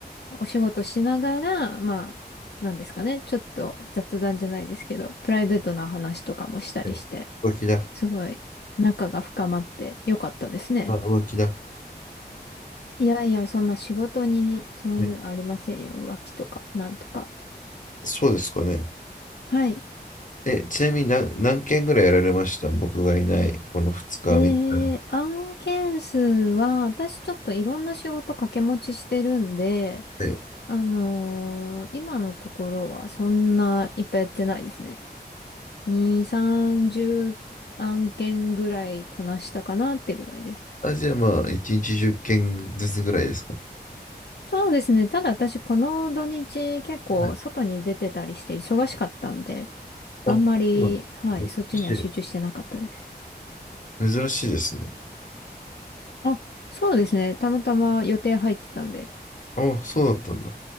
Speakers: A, on the left; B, on the left.
A: お仕事しながら、まあ、なんですかね、ちょっと雑談じゃないですけど、プライベートな話とかもしたりして。
B: はい浮気だ、
A: すごい仲が深まってよかったですね。
B: あ、浮気だ。
A: いやいや、そんな仕事にそういうのありませんよ。
B: はい
A: 浮気とか、なんとか。
B: そうですかね。
A: はい。
B: え、ちなみに何、何件ぐらいやられました僕がいない、この2日、
A: えー、
B: 3日で。
A: 案件数は、私ちょっといろんな仕事掛け持ちしてるんで、
B: はい
A: あのー今のところはそんないっぱいやってないですね。2、30案件ぐらいこなしたかなってぐらいです。
B: あ、じゃあまあ、1日10件ずつぐらいですか
A: そうですね。ただ私この土日結構外に出てたりして忙しかったんで、
B: はい。
A: あんまり、
B: あ、そうなん
A: はい、そっちには集中してなかったです。
B: ですね珍しい。珍しいですね。
A: あ、そうですね。たまたま予定入ってたんで。
B: あ、そうだったんだ。